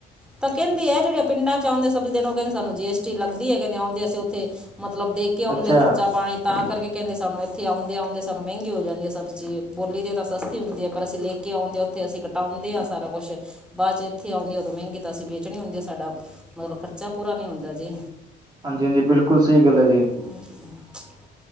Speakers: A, in the centre; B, on the right.
A: ਤਾਂ ਕਹਿੰਦੇ ਹੈ ਜੇੜੇ ਪਿੰਡ 'ਚ ਆਂਦੇ ਐ ਸਬਜ਼ੀ ਦੇਣ ਓ ਕੇਂਦੇ ਸਾਨੂੰ ਜੀ ਐੱਸ ਟੀ ਲੱਗਦੀ ਐਗੀ ਆਉਦੇ ਅਸੀਂ ਓਥੇ, ਮਤਲਬ ਦੇ ਕੇ ਆਉਂਦੇ
B: ਅੱਛਾ
A: ਖਰਚਾ ਪਾਣੀ। ਤਾਂ ਕਰਕੇ ਕੇਂਦੇ ਸਾਨੂੰ ਇੱਥੇ ਆਉਂਦਿਆ-ਆਉਂਦਿਆ ਸਾਨੂੰ ਮੈਂਗੀ ਹੋ ਜਾਂਦੀ ਏ ਸਬਜ਼ੀ। ਬੋਲੀ ਦੀ ਤਾਂ ਸਸਤੀ ਹੁੰਦੀ ਐ ਪਰ ਅਸੀਂ ਲਖ- ਆਉਂਦੇ ਆ ਓਥੇ ਅਸੀਂ ਕਟਾਉਂਦੇ ਆ ਸਾਰਾ ਕੁਛ। ਬਾਅਦ 'ਚ ਇੱਥੇ ਆਉਂਦੀ ਉਦੋਂ ਮਹਿੰਗੀ ਤਾਂ ਅਸੀਂ ਵੇਚਣੇ ਹੁੰਦੀ ਆ, ਸਾਡਾ ਮਤਲਬ ਖਰਚਾ ਪੂਰਾ ਨੀ ਹੁੰਦਾ ਜੇ।
B: ਹਾਂਜੀ-ਹਾਂਜੀ, ਬਿਲਕੁਲ ਸਈ ਗੱਲ ਆ ਜੀ।
A: <unintelligible>